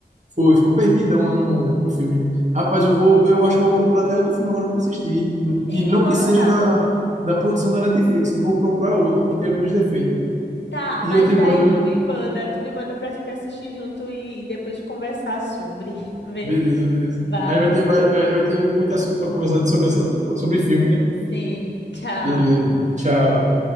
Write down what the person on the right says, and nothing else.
foi, ficou perdidão lá no, no filme. Rapaz, eu vou, eu acho que eu vou procurar até outro filme agora para assistir.
E
não
que seja da, da produção da Netflix, eu vou procurar outro que tenha menos defeito.
E eu te
mando,
né?
Beleza, beleza.
Aí vai ter, mais- aí vai ter muito assunto para conversar sobre, essa, sobre filme, né?
Beleza. Tchau.